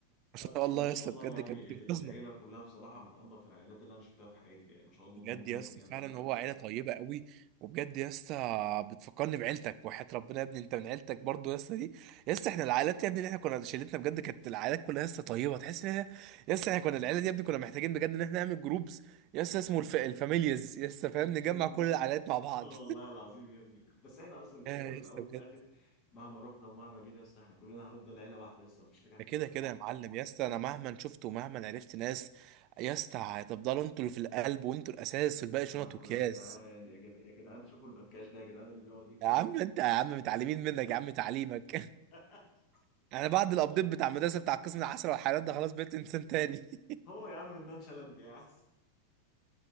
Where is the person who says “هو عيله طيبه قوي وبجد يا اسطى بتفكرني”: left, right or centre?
Right